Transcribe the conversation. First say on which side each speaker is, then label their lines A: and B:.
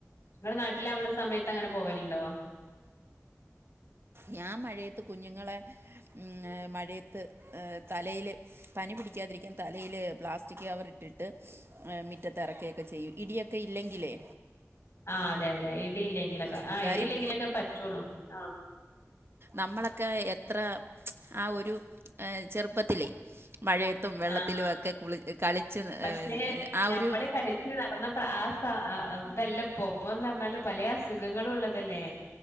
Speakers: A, on the left; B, on the right.
A: ങ്ങള് നാട്ടിലാവണ സമയത്തങ്ങനെ പോവലിണ്ടോ
B: ഞാൻ മഴയത്ത് കുഞ്ഞുങ്ങളെ ഉം ന മഴയത്ത് എ തലയില് പനി പിടിക്കാൻ തിരിക്കാൻ തലേയില് പ്ലാസ്റ്റിക് കവറിട്ടിട്ട് ആ മിറ്റത്തെറക്കേക്കെ ചെയ്യും ഇടിയെക്ക ഇല്ലെങ്കിലേ
A: ആ അതെ അതെ ഇടിയില്ലെങ്കിലൊക്ക
B: ഉം,
A: ആ
B: കാര്യം
A: ഇടിയില്ലെങ്കിലെക്ക പറ്റോള്ളു ആ
B: നമ്മളെക്കെ എത്ര ആ ഒരു ഏ ചെറുപ്പത്തിലെ മഴയത്തും വെള്ളത്തിലുവെക്കെ
A: ആഹ്
B: കുളി കളിച്ച്
A: പക്ഷെ
B: ഏഹ് ആ
A: ഞമ്മള്
B: ഒരു
A: കളിച്ച് നടന്നപ്പ ആ സാ ആ ഇതല്ല പോപ്പോന്നറഞ്ഞാല് പലേ അസുഖങ്ങളും ഒള്ളതല്ലേ